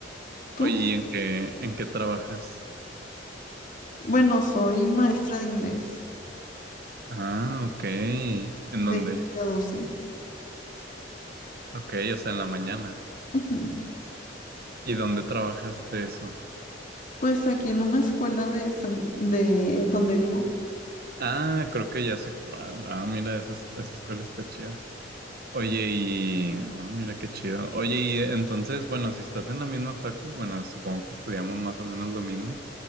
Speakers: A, on the left (about 45°); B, on the right (about 55°).
A: ¿Tú?
B: Oye, ¿y en qué, en qué trabajas?
A: Bueno, soy maestra de inglés
B: Ah, ok. ¿En
A: de
B: dónde?
A: 7 a 12.
B: Ok, o sea, en la mañana.
A: Ujú.
B: ¿Y dónde trabajas de eso?
A: Pues aquí en una escuela de, San- de donde vivo.
B: Ah, creo que ya sé cuál. Ah, mira, esa, es- esa escuela está chida. Oye, y... ah, mira qué chido. Oye, y entonces, bueno, si estás en la misma facu, bueno, supongo que estudiamos más o menos lo mismo,